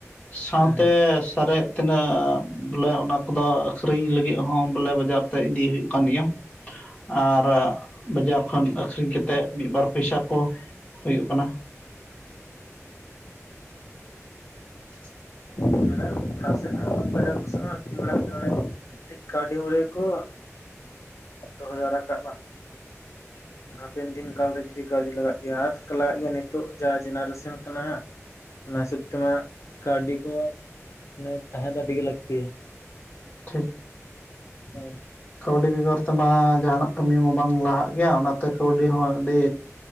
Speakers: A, on the left; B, on the left.
A: ᱥᱟᱶᱛᱮ
B: ᱦᱮᱸ
A: ᱥᱟᱨᱮᱡᱼᱼ ᱛᱤᱱᱟᱹᱜ ᱵᱚᱞᱮ ᱚᱱᱟ ᱠᱚᱫᱚ ᱟᱠᱷᱨᱤᱧ ᱞᱟᱹᱜᱤᱫ ᱦᱚᱸ ᱵᱚᱞᱮ ᱵᱟᱡᱟᱨ ᱛᱮ ᱤᱫᱤ ᱦᱩᱭᱩᱜ ᱠᱟᱱ ᱜᱮᱭᱟ ᱟᱨ ᱵᱟᱡᱟᱨ ᱠᱷᱚᱱ ᱟᱹᱠᱷᱨᱤᱧ ᱠᱟᱛᱮ ᱢᱤᱫᱼ ᱵᱟᱨ ᱯᱚᱭᱥᱟ ᱠᱚ ᱦᱩᱭᱩᱜ ᱠᱟᱱᱟ <inaudible>
B: ᱢᱟᱱᱮ ᱚᱲᱟᱜ ᱥᱮᱫ ᱦᱚᱸ ᱵᱟᱡᱟᱨ ᱠᱚ ᱥᱮᱫ ᱦᱚᱸ ᱟᱹᱠᱷᱨᱤᱧ ᱵᱟᱲᱟ ᱠᱟᱛᱮ ᱢᱟᱱᱮ ᱠᱟᱹᱴᱤᱡ ᱠᱟᱹᱣᱰᱤ ᱢᱩᱨᱟᱹᱭ ᱠᱚ ᱫᱚᱦᱚ ᱡᱟᱣᱨᱟᱠᱟᱜ ᱵᱟᱝ
A: <inaudible>
B: ᱦᱟᱯᱮᱱ ᱫᱤᱱ ᱠᱟᱞ ᱨᱮ ᱡᱩᱫᱤ ᱠᱟᱹᱣᱰᱤ ᱞᱟᱜᱟᱜ ᱜᱮᱭᱟ ᱟᱨ ᱞᱟᱜᱟᱜ ᱜᱮᱭᱟ ᱱᱤᱛᱚᱜ ᱡᱟ ᱡᱮᱱᱟᱨᱮᱥᱚᱱ ᱠᱟᱱᱟ ᱦᱟᱸᱜ ᱚᱱᱟ ᱦᱤᱥᱟᱹᱵ ᱛᱮᱢᱟ ᱠᱟᱹᱣᱰᱤ ᱠᱚ ᱢᱟᱱᱮ ᱛᱟᱦᱮᱸ ᱫᱚ ᱟᱹᱰᱤ ᱜᱮ ᱞᱟᱹᱠᱛᱤᱭᱟ
A: ᱴᱷᱤᱠ
B: ᱦᱮᱸ
A: ᱠᱟᱹᱣᱰᱤ ᱵᱮᱜᱚᱨ ᱛᱮᱢᱟ ᱡᱟᱦᱟᱱᱟᱜ ᱠᱟᱹᱢᱤ ᱢᱟ ᱵᱟᱝ ᱞᱟᱦᱟᱜ ᱜᱮᱭᱟ ᱚᱱᱟᱛᱮ ᱠᱟᱹᱣᱰᱤ ᱦᱚᱸ ᱟᱹᱰᱤ